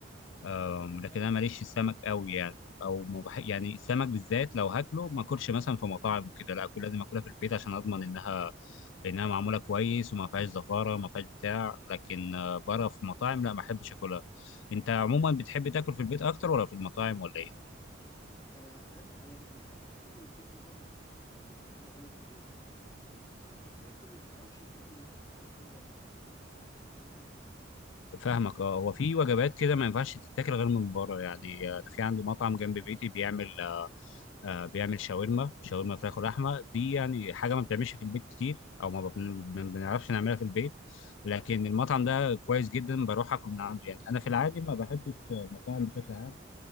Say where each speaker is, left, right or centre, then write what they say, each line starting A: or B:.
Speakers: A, on the left; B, on the left.
A: آه، لكن
B: ايوه
A: أنا ماليش في السمك قوي يعني أو ما بح... يعني السمك بالذات لو هاكله ما أكلش مثلا في مطاعم وكده لا أكل لازم أكلها في البيت عشان أضمن إنها إنها معمولة كويس وما فيهاش زفارة ما فيهاش بتاع لكن آه، بره في مطاعم لا ما أحبش أكلها أنت عموما بتحب تاكل في البيت أكتر ولا في المطاعم ولا إيه؟
B: أه حاجات وحاجات يعني مثلا بحب اكل البيتزا بره لكن مش بحب اكلها في البيت بحب اكل الحواوشي في البيت ما بحبش اكله بره فاهم قصدي
A: فاهمك اه هو في وجبات كده ما ينفعش تتاكل غير من بره يعني آه، انا في عندي مطعم جنب بيتي بيعمل آه، آه، بيعمل شاورما شاورما فراخ ولحمه دي يعني حاجه ما بتعملش في البيت كتير او ما بن- ما بنعرفش نعملها في البيت لكن المطعم ده كويس جدا بروح اكل من عنده يعني انا في العادي ما بحبش المطاعم بشكل عام